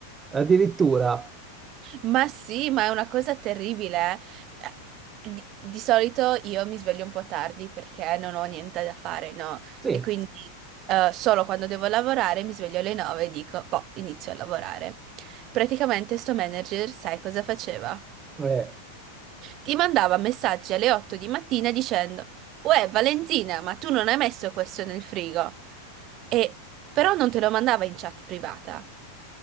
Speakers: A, on the right; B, on the right.
A: Addirittura,
B: Ma sì, ma è una cosa terribile. eh. Eh, Di, di solito io mi sveglio un po' tardi perché non ho niente da fare, no?
A: sì,
B: E quindi eh, solo quando devo lavorare mi sveglio alle 9 e dico, boh, inizio a lavorare. Praticamente sto manager, sai cosa faceva?
A: eh,
B: Ti mandava messaggi alle 8 di mattina dicendo, Uè, Valentina, ma tu non hai messo questo nel frigo. E però non te lo mandava in chat privata.